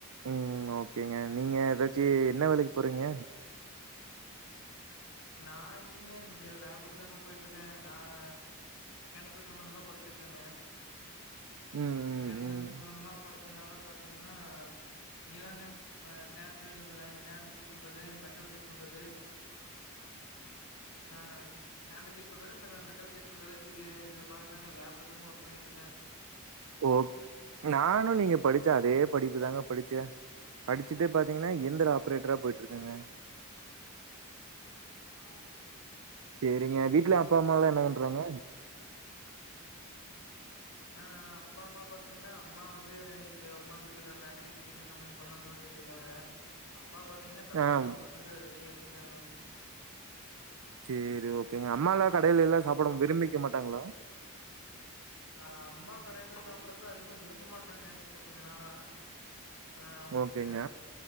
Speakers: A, on the right; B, on the left.
A: உம் ஓகேங்க நீங்க ஏதாச்சும் என்ன வேலைக்கு போறீங்க
B: நான் இங்கிங்க லேபுக்கு தாங்க போயிட்டு இருக்கேன் நான் மெக்கானிக்கல் சம்பந்தமா படிச்சிருக்கேங்க
A: ம் ம்
B: மெக்கானிக்கல்
A: ம்.
B: சம்பந்தமா படுச் அதினால பாத்தீங்கன்னா இங்கேதாங்க சேண்டு-சேண்டு செக்பண்றது மெட்டல் செக்பண்றது ஆஹ் ஸ்டாண்ட் செக்பண்றது மெட் மெட்டல் செக்பண்றது டிிகே இது மாதிரிதாங்க லேப்ல தாங்க ஒர்க் பண்ணிட்டு இருக்கேன்
A: ஓ நானும் நீங்க படிச்சே அதே படிப்புதாங்க படிச்சேன் அடிச்சுட்டு பாத்தீங்கன்னா எந்திர ஆப்ரேட்டரா போயிட்டு இருக்கங்க
B: ஆஹ்
A: சரிங்க வீட்டுல அப்பா அம்மா எல்லாம் என்ன பண் றாங்க
B: ஆஹ் அப்பா அம்மா பாத்தீங்கன்னா அம்மா வந்து இங்க உக்காந்துட்டு இருக்காங்க நைட்டுக்கு என்ன சமையல் பண்ணலாம் யோசச்சட்டு இருக்காங்க அப் பா பாத்திங்கன்னா கடைக்கி
A: ஆ
B: கிளம்புறகு ரெடி ஆ அக்கு எங்கா <inaudible>
A: சரி ஓகேங்க அம்மா எலாம் கடையில எல்லாம் சாப்பிட விரும்பிக்க மாட்டாங்களா
B: ஆ அம்மா கடையில சாப்படுறதுக்குலாம் அதிகமா விரும்ப மாட்டாங்க இப்ப கொஞ்ச நாளா ஆ அவங்களுக்கு
A: ஓகேங்க.